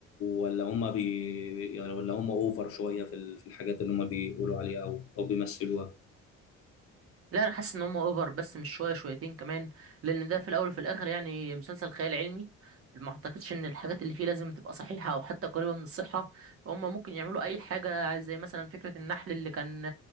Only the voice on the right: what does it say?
لا انا حاسس ان هم اوفر بس مش شويه شويتين كمان لان ده في الاول وفي الاخر يعني مسلسل خيال علمي ما اعتقدش ان الحاجات اللي فيه لازم تبقى صحيحه او حتى قريبه من الصحه فهم ممكن يعملوا اي حاجه زي مثلا فكره النحل اللي كان